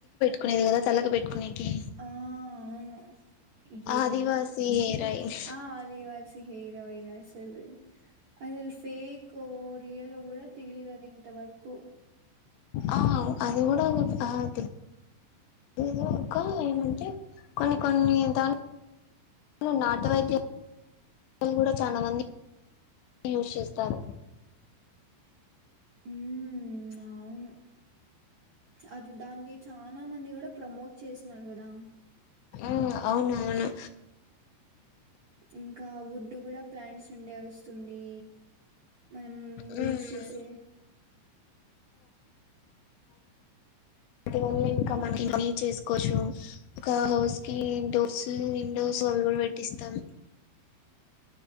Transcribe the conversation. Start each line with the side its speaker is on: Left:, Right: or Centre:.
Left: కునేది కదా తలకి పెట్టుకునేటియి
Right: ఆ అవును ఏం
Left: ఆదివాసి హెయిర్ ఆయిల్
Right: ఆ ఆదివాసి హెయిర్ ఆయిల్ అసలు అసల్ ఫేక్ రియలివి కూడా తెలియలేదు ఇంతవరకు
Left: ఆ అది కూడా అది అది ఇంకా ఏమంటే కొన్ని కొన్ని దాన్ని నాటు వైద్య <unintelligible> కూడా చాలా మంది యూస్ చేస్తారు
Right: హూ అవును అది దాన్ని చాలా మంది కూడా ప్రమోట్ చేసనరు కదా
Left: ఆ అవును అవును
Right: ఇంకా వుడ్ కూడా ప్లాంట్స్ నుండే వస్తుంది మనం
Left: ఉమ్
Right: యూస్ చేసే
Left: అటివల్ల ఇంకా మన ఇ చేసుకోవచ్చు ఒక హౌస్ కి ఇండోర్స్ విండోస్
Right: ఉమ్
Left: అవి కూడా పెట్టిస్తాం